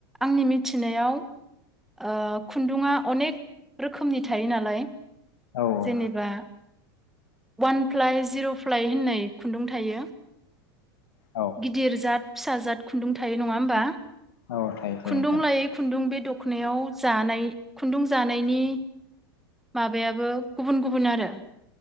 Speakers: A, in the centre; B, on the left.
A: आंनि मिथिनायाव ओ खुन्दुङा अनेक रोखोमनि थायो नालाय
B: औ
A: जेनेबा वान फ्लाइ जिरफ फ्लाय होननाय खुन्दुं थायो।
B: औ
A: गिदिर जाद फिसा जाद खुन्दुं थायो नङा होमबा?
B: औ थायो थायो
A: खुन्दुं
B: नोंथां
A: लायै खुन्दुं बे दख खनायाव जानाय खुन्दुं जानायनि माबायाबो गुबुन गुबुन आरो।